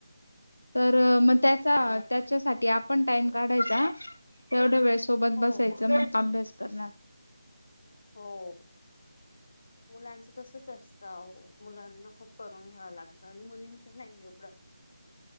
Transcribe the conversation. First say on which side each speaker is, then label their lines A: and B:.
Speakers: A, on the left (about 80°); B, on the left (about 45°).
A: तर मग त्याचा त्याच्यासाठी, आपण टाइम काढायचा. तेवढ्या वेळ सोबत
B: हो
A: बसायचं मग अभ्यास करणार.
B: हो, मुलांचं तसच असतं आव्हो मुलांना खूप करून घ्यावा लागत आणि मुलींच नाही एवढं,